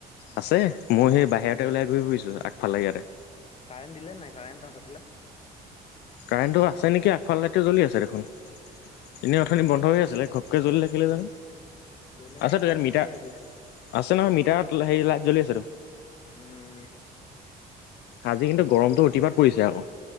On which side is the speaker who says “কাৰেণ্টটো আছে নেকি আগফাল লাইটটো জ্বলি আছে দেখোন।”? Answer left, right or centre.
Left